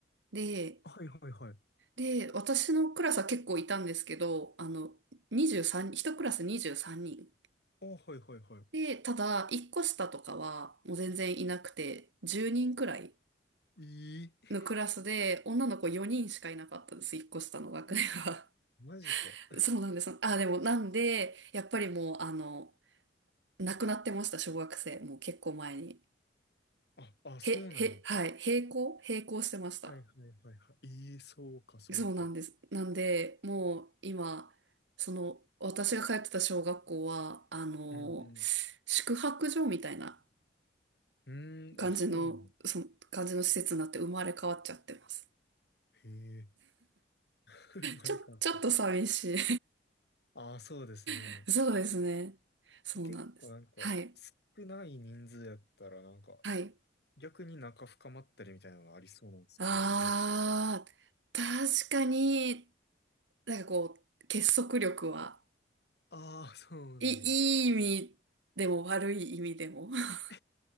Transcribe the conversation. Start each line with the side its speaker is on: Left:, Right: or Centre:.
Right: で、
Left: はいはいはい。
Right: で、私のクラスは結構いたんですけど、あの、23、一クラス23人。
Left: あ、はいはいは
Right: で、ただ、一個下とかは、もう全然いなくて、10人くらい
Left: い。
Right: のクラスで、
Left: え
Right: 女の子4人しかいなかったんです、一個下の学年は。
Left: ええマジか。
Right: そうなんです。あ、でも、なんで、やっぱりもう、あの、亡くなってました、小学生。もう結構前に。
Left: あ、あ、
Right: へ、
Left: そうなんや。
Right: へ、はい、閉校閉校してました。
Left: はいはいはいはい。ええそうかそうか。
Right: そうなんです。なんで、もう、今、その、私が通ってた小学校は、あの、
Left: うんうん。
Right: 宿泊所みたいな
Left: うーん、
Right: 感じの、
Left: あ、そうなんや。
Right: その、感じの施設になって生まれ変わっちゃってます。
Left: へえ、<laughs>
Right: ちょ、
Left: れかった。
Right: ちょっと寂しい。
Left: ああ、そうですね。
Right: <laughs> そうですね。そうなんです。
Left: え結構なんか、
Right: はい。
Left: 少ない人数やったらなんか、
Right: はい。
Left: 逆に仲深まったりみたいなのありそうなんですけど、
Right: ああ、
Left: どう
Right: 確かに、なんかこう、結束力は、
Left: ああ、そうなんや。
Right: い、いい意味でも悪い意味でも。<laughs>
Left: <laughs> へど